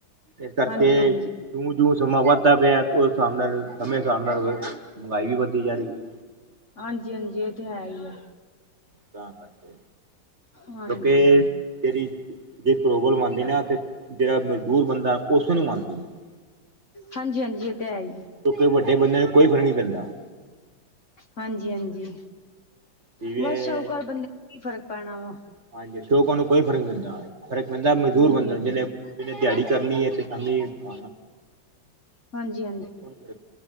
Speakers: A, on the right (about 35°); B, on the left (about 40°).
A: ਇਸ ਕਰਕੇ
B: ਹਾਂਜੀ
A: ਜਿਉਂ ਜਿਉਂ ਸਮਾਂ ਵੱਧਦਾ ਪਿਆ ਉਸ ਹਿਸਾਬ ਨਾਲ ਸਮੇਂ ਹਿਸਾਬ ਨਾਲ ਮਹਿੰਗਾਈ ਵੀ ਵੱਧਦੀ ਜਾ ਰਹੀ।
B: ਹਾਂਜੀ। ਹਾਂਜੀ। ਇਹ। ਤੇ। ਹੈ। ਹੀ। ਆ।
A: ਤਾਂ। ਕਰਦੇ।
B: ਹਾਂਜੀ
A: ਕਿਉਂਕਿ। ਜਿਹੜੀ। ਜੇ। ਪ੍ਰੋਬਲਮ। ਆਉਂਦੀ। ਨਾ। ਤੇ। ਜਿਹੜਾ। ਮਜ਼ਦੂਰ। ਬੰਦਾ। ਉਸ। ਨੂੰ। ਆਨਂਦੀ। ਹੈ।
B: ਹਾਂਜੀ-ਹਾਂਜੀ ਇਹ ਤੇ ਹੈ। ਹੀ।
A: ਕਿਉਂਕਿ ਵੱਡੇ ਬੰਦ ਨੂੰ ਕੋਈ ਫਰਕ ਨਹੀਂੀ ਪੈਂਦਾ।
B: ਹਾਂਜੀ ਹਾਂਜੀ
A: ਜਿਵੇਂ
B: ਬਸ ਸ਼ਾਹਕ ਬੰਦੇ ਨੂੰ ਫ਼ਰਕ ਪੈਣਾ ਵਾ।
A: ਹਾਂਜੀ ਅਸ਼ੋਕ ਉਹਨੂੰ ਕੋਈ ਫਰਕ ਪੈਂਦਾ ਫ਼ਰਕ ਪੈਂਦਾ ਮਜ਼ਦੂਰ
B: ਹਾਂਜੀ
A: ਬੰਦਾ
B: ਹਾਂਜੀ
A: ਨੂੰ ਜਿਹਨੇ ਜਨੇ ਦਿਹਾੜੀ ਕਰਨੀ ਹੈ ਤੇ। ਸਮਮੀਪ।
B: ਹਾਂਜੀ-ਹਾਂਜੀ
A: ਉਹਨੇ।